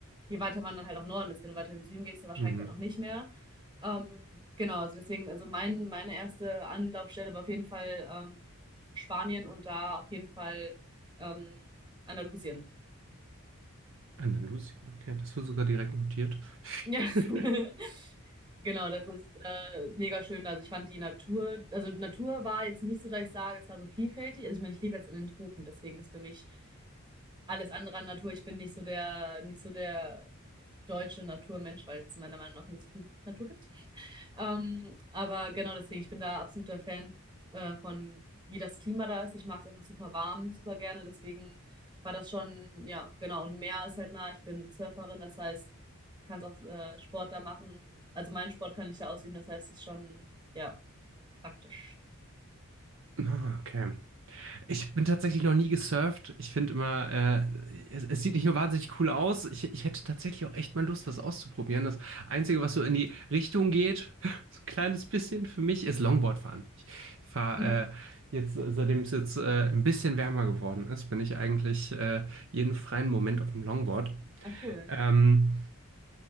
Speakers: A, on the right (about 20°); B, on the right (about 60°).
A: je weiter man dann halt auch im Norden ist. Wenn du weiter in den Süden gehst, dann wahrscheinlich
B: Mhm.
A: dann auch nicht mehr. Ähm, genau, also deswegen, also mein, meine erste Anlaufstelle war auf jeden Fall ähm, Spanien und da auf jeden Fall ähm, Andalusien.
B: Andalusien, okay, das wird sogar direkt notiert.
A: Ja,
B: <laughs>
A: <laughs> genau, das ist äh, mega schön. Also ich fand die Natur, also Natur war jetzt nicht so, dass ich sage, es war so vielfältig. Also ich meine, ich lebe jetzt in den Tropen, deswegen ist für mich alles andere an Natur. Ich bin nicht so der, nicht so der deutsche Naturmensch, weil es meiner Meinung nach nicht so viel Natur gibt. Ähm, aber genau deswegen, ich bin da absoluter Fan äh, von, wie das Klima da ist. Ich mag es einfach super warm, super gerne. Deswegen war das schon, ja, genau. Und Meer ist halt nah. Ich bin Surferin, das heißt, kann auch äh, Sport da machen. Also meinen Sport kann ich da ausüben, das heißt, es ist schon, ja, praktisch.
B: Ah, okay. Ich bin tatsächlich noch nie gesurft. Ich finde immer, äh, es, es sieht nicht nur wahnsinnig cool aus, ich, ich hätte tatsächlich auch echt mal Lust, das auszuprobieren. Das Einzige, was so in die Richtung geht, <laughs> so ein kleines bisschen für mich, ist Longboard fahren. Ich fahre
A: Mhm.
B: äh, jetzt, äh, seitdem es jetzt äh, ein bisschen wärmer geworden ist, bin ich eigentlich äh, jeden freien Moment auf dem Longboard.
A: Ah, cool.
B: Ähm,